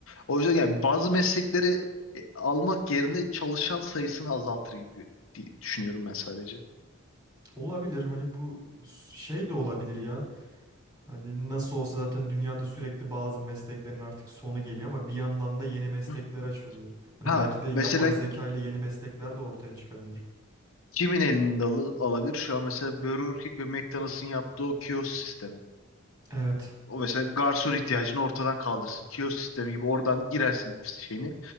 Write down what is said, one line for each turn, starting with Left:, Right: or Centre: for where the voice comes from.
Left: O yüzden yani bazı meslekleri e, almak yerine çalışan sayısını azaltır gibi diye düşünüyorum ben sadece.
Right: Olabilir hani bu şey de olabilir ya. Hani nasıl olsa zaten dünyada sürekli bazı mesleklerin artık sonu geliyor ama bir yandan da yeni meslekler
Left: Hı.
Right: açılıyor. Hani
Left: Ha
Right: belki de yapay
Left: mesela
Right: zeka ile yeni meslekler de ortaya çıkabilir.
Left: kimin elinde al- alabilir? Şu an mesela Burger King ve McDonald's'ın yaptığı o kiosk sistemi.
Right: Evet,
Left: O mesela garson ihtiyacını ortadan kaldırsın. Kiosk sistemi gibi oradan girersin şeyini